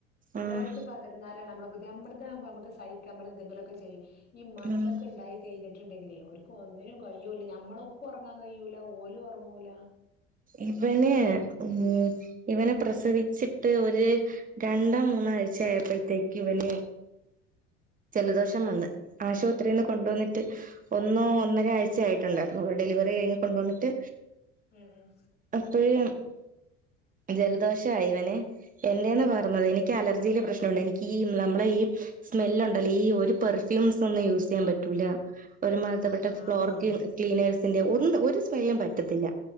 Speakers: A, on the right; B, on the left.
A: ആഹ്
B: ഓര്ക്ക് പകർന്നാലാണ് നമ്മളെ പുതി നമ്മൾതാകുമ്പം അമ്മക്ക് സഹിക്ക നമ്മള് എന്തെങ്കിലൊക്കെ ചെയ്യും ഈ മക്കക്ക്
A: ഉം
B: ഇണ്ടായി കഴിഞ്ഞിട്ട് ണ്ടെങ്കിലേ ഓര് ക്ക് ഒന്നിനു കയ്യൂലാ ഞമ്മളൊക്കെ ഒറങ്ങാ കയ്യൂലാ ഓലും ഉറങ്ങൂല
A: ഇവന് ഉം ഇവനെ പ്രസവിച്ചിട്ട് ഒര് രണ്ടോ മൂന്നാ ആഴ്ച്ചായ പ്പഴത്തേക്ക് ഇവന് ജലദോഷം വന്ന് ആശുപത്രിയിൽന്ന് കൊണ്ടന്നിട്ട് ഒന്നോ
B: ഉം
A: ഒന്നരഴ്ച ആയിട്ടുണ്ടായിരുന്നു ഡെലിവറി കഴിഞ്ഞ് കൊണ്ടന്നിട്ട്
B: ഉം ഉം
A: അപ്പഴ് ജൽദോഷായവന് എന്റെന്ന്
B: ഉം
A: പകർന്നത്
B: ഉം
A: എനി നിക്ക് അലർജിയിടെ പ്രശ്നുണ്ട് എനിക്ക് ഈ നമ്മളെ ഈ സ്മെല്ലുണ്ടല്ലോ ഈ ഒരു പെർഫ്യൂസൊന്നും യൂസെയ്യാൻ പറ്റൂലാ ഒരു മാതിരിപ്പെട്ട
B: ആഹ് ആഹ്
A: ഫ്ലോർ
B: ആഹ്
A: ക്ലീനേഴ്സിന്റെ ഒന്നും ഒരു സ്മെല്ലും പറ്റത്തില്ല